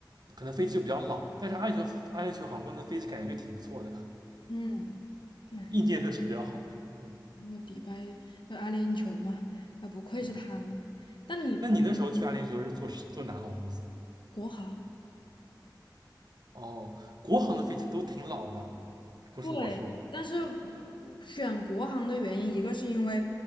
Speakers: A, on the right; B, on the left.
A: 可能飞机就比较老，但是阿联酋阿联酋航空的飞机感觉就挺不错的，
B: 嗯，哎，
A: 硬件设施比较好，嗯
B: 那个迪拜，那阿联酋嘛，啊，不愧是他们。
A: 嗯，
B: 那你
A: 那你那时候去阿联酋是坐坐哪航空公司？
B: 国航，
A: 哦，国航的飞机都挺老的，不是我说。
B: 对，但是嗯选国航的原因，一个是因为